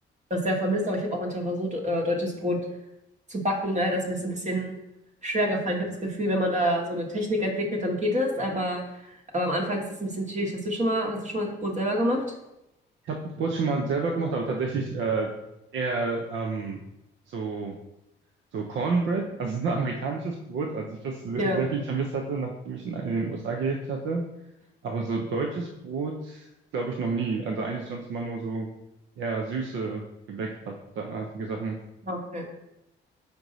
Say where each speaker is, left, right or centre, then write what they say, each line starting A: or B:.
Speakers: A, on the right (about 35°); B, on the right (about 70°).
A: das sehr vermisst, aber ich habe auch manchmal versucht, äh, deutsches Brot zu backen. Ne? Das ist mir jetzt ein bisschen schwer gefallen. Ich habe das Gefühl, wenn man da so eine Technik entwickelt, dann geht es, aber, aber am Anfang ist es ein bisschen schwierig. Hast du schon mal, hast du schon mal Brot selber gemacht?
B: Ich habe Brot schon mal selber gemacht, aber tatsächlich äh, eher ähm, so, so Cornbread, also so ein amerikanisches Brot, als ich das se-
A: Ja,
B: sehr viel vermisst hatte, nachdem ich in, in den USA gelebt hatte. Aber so deutsches Brot, glaube ich, noch nie. Also eigentlich sonst immer nur so eher süße, gebäckartige Sachen.
A: okay.